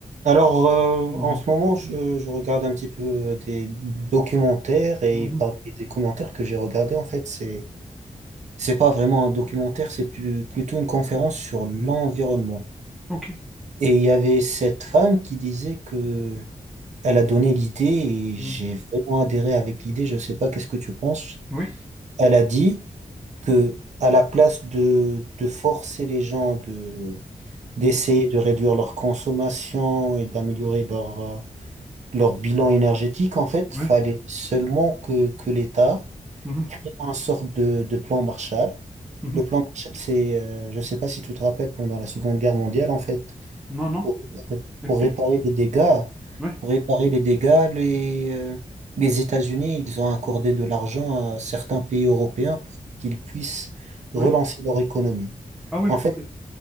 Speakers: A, on the right; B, in the centre.
A: Alors, euh, en
B: Mhm.
A: ce moment, je, je regarde un petit peu euh, des documentaires et
B: Mhm.
A: parmi les commentaires que j'ai regardés, en fait, c'est, c'est pas vraiment un documentaire, c'est plus- plutôt une conférence sur l'environnement.
B: Mhm. Ok.
A: Et il y avait cette femme qui disait que elle a donné l'idée et j'ai
B: Mhm.
A: vraiment adhéré avec l'idée. Je sais pas, qu'est-ce que tu penses?
B: Oui.
A: Elle a dit que à la place de, de forcer les gens de, d'essayer
B: Mhm.
A: de réduire leur consommation et d'améliorer
B: Mhm.
A: leur, euh, leur bilan énergétique, en fait,
B: Oui.
A: fallait seulement que, que l'État
B: Mhm.
A: crée un sorte de, de plan Marshall.
B: Mhm.
A: Le plan Marshall, c'est, euh, je ne sais pas si tu te rappelles, pendant la Seconde Guerre mondiale, en fait,
B: Non, non.
A: pour, réparer-
B: Explique.
A: pour réparer les dégâts,
B: Oui.
A: pour réparer les dégâts, les, euh, les États-Unis, ils ont accordé de l'argent à certains pays européens pour qu'ils puissent relancer
B: Oui.
A: leur économie.
B: Ah oui,
A: En fait,
B: ok.